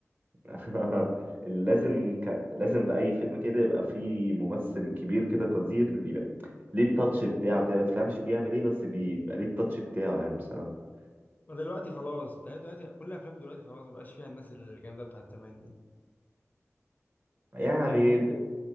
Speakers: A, on the right; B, on the left.
A: <laughs> لازم ك... لازم في اي فيلم كده يبقى فيه ممثل كبير كده قدير يبقى ليه التاتش بتاعه كده ما تفهمش بيعمل ايه بس بيبقى ليه التاتش بتاعه يعني بصراحه
B: ودلوقتي خلاص بتهيألي دلوقتي كل الافلام دلوقتي خلاص ما بقاش فيها الناس الجامده بتاعت زمان دي
A: يعني
B: يعني